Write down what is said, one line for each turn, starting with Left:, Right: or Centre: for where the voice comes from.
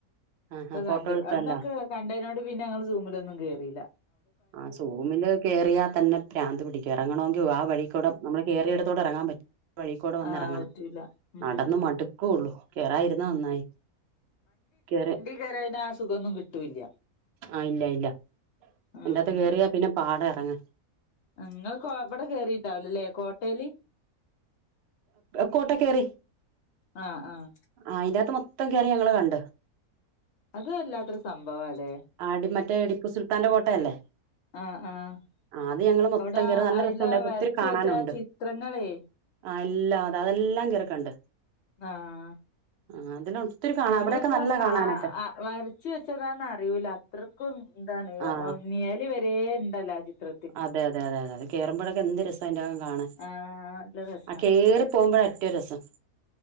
Right: ആ
Left: ഒക്കെ
Right: ആ ഫോട്ടോ
Left: കണ്ട്
Right: എടുത്തല്ലോ
Left: അവിട്ന്നൊക്കെ കണ്ടേനോണ്ട് പിന്നെ ങ്ങള് സൂമിലൊന്നും കേറീല
Right: ആഹ് സൂമില് കേറിയാ തന്നെ പ്രാന്ത് പിടിക്കും ഇറങ്ങണൊങ്കി ആഹ് വഴിക്കൂടെ നമ്മള് കേറിയേട്ത്തൂടെ എറങ്ങാം പറ്റ വഴിക്കൂടെ വന്നിറങ്ങണം
Left: ആഹ് പറ്റൂല ഉം
Right: നടന്ന് മടുക്കുള്ളൂ കേറായിരുന്ന നന്നായി കേറ്യ
Left: രതിനന് ആ സുഖംന്നും കിട്ടൂില്ല
Right: ആഹ് ഇല്ല ഇല്ല
Left: ആഹ്
Right: ഐന്റകത്ത് കേറിയാ പിന്നെ പാടം ഇറങ്ങ
Left: നിങ്ങൾ എവിടെ കേറിട്ടാവലല്ലേ കോട്ടെല്
Right: കോട്ട കറി
Left: ആഹ് ആഹ്
Right: ആഹ് അയിന്റെകത്ത് മൊത്തം കേറി ഞങ്ങള് കണ്ട്
Left: അത അല്ലാത്തരു സംഭവ അല്ലേ
Right: ആടിമറ്റേ ഇടിപ്പു സുൽത്താന്റെ കോട്ടയല്ലേ
Left: ആഹ് ആഹ്
Right: ആഹ് അത് ഞങ്ങള്ൾ മൊത്തം
Left: അവിടെ
Right: കേയറി നല്ല
Left: അയില
Right: രസണ്ടായിത്
Left: വരച്ച്
Right: ഒത്തിരി കാണാനുണ്ട്
Left: വെച്ച ചിത്രങ്ങളേ
Right: ആഹ് എല്ലാ അത അതെല്ലാം കേറീക്കണ്ട്
Left: ആഹ്
Right: ആഹ് അതിൽ ഒത്തിരി കാണാം
Left: നമ്മളിപ്പോ
Right: അവിടെയൊക്കെ നല്ല
Left: സാ
Right: കാണാനൊക്കെ
Left: വരച്ച് വെച്ചതാണ അറിയിൂല അത്രയ്ക്കും എന്താണ്
Right: ആ
Left: നിഴൽ വരെ ഉണ്ടല്ലോ ചിത്ര
Right: അതെ അതെ അതെ അതെതെ കേറുമ്പഴൊക്കെ എന്ത് രസ അൻന്റെകം കാണൻ
Left: ആഹ് നല്ല രസാ
Right: ആ കേറി പോകുമ്പോഴ അറ്റവും രസം